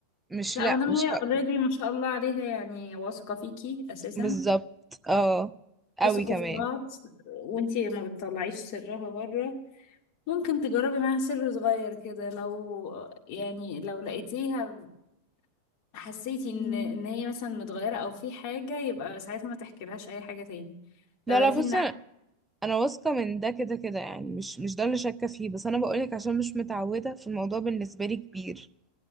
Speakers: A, in the centre; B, on the left.
A: مش
B: لا
A: لا
B: ما دام
A: مش
B: هي
A: هقول
B: اوريدي ما شاء الله عليها يعني واثقة فيكي أساسا
A: بالظبط اه قوي
B: تثقوا
A: كمان
B: في بعض وانتي ما بتطلعيش سرها بره ممكن تجربي معاها سر صغير كده لو يعني لو لقيتيها حسيتي ان مم. ان هي مثلا متغيرة او في حاجة يبقى ساعتها ما تحكيلهاش اي حاجة تاني
A: لا
B: لو لقيتي
A: لا بصي
B: ان
A: انا أنا واثقه من ده كده كده يعني مش مش ده اللي شاكه فيه بس انا بقولك عشان مش متعوده في الموضوع بالنسبه لي كبير